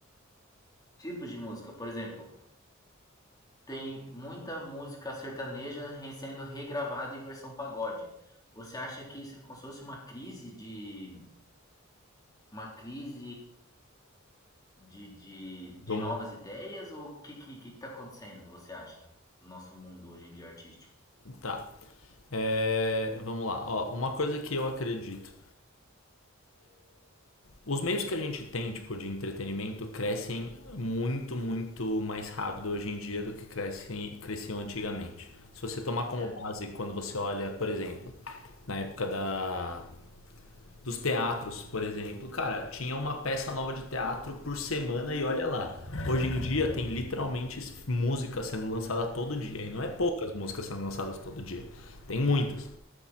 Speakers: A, on the left (about 20°); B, on the left (about 80°).
A: tipos de música. Por exemplo, tem muita música sertaneja re- sendo regravada em versão pagode. Você acha que isso é como se fosse uma crise de uma crise de, de, de
B: do
A: novas
B: mundo.
A: ideias ou o que, que, que que tá acontecendo, você acha, no nosso mundo hoje em dia artístico?
B: Tá. É, vamos lá. Ó, uma coisa que eu acredito. Os meios que a gente tem, tipo, de entretenimento, crescem muito, muito mais rápido hoje em dia do que crescem, cresciam antigamente. Se você tomar como
A: Certo.
B: base, quando você olha, por exemplo, na época da dos teatros, por exemplo. Cara, tinha uma peça nova de teatro por semana e olha lá. Hoje em dia tem literalmente música sendo lançada todo dia. E não é poucas músicas sendo lançadas todo dia. Tem muitas.